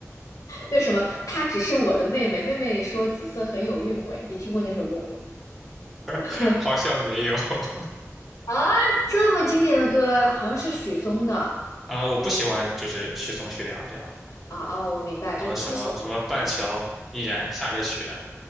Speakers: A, on the left (about 70°); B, in the centre.
A: 为什么，她只是我的妹妹，妹妹说紫色很有韵味。你听过那首歌没？<laughs>
B: <laughs>，好像没有 <laughs>
A: 啊，这么经典的歌，好像是许嵩的
B: 啊、我不喜欢就是许嵩、徐良这样的。
A: 啊哦，我明白，
B: 啊，
A: 就是你不喜欢听，
B: 什么什么半桥依然下着雪，